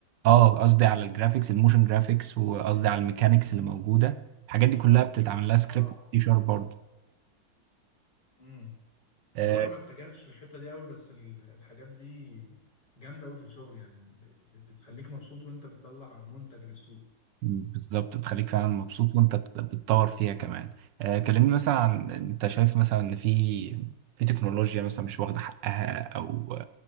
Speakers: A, on the right; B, on the left.
A: اه قصدي على الجرافيكس الموشن جرافيكس وقصدي على الميكانيكس اللي موجوده الحاجات دي كلها بتتعمل لها سكريبت
B: اه
A: دي شارب برضه
B: امم بصراحة
A: آه،
B: ما اتجهتش للحتة دي قوي بس ال- الحاجات دي جامدة قوي في الشغل يعني ب- بتخليك مبسوط وانت بتطلع منتج للسوق
A: بالظبط بتخليك فعلا مبسوط وانت بت- بتطور فيها كمان آه، كلمني مثلا عن انت شايف مثلا ان في في تكنولوجيا مثلا مش واخدة حقها او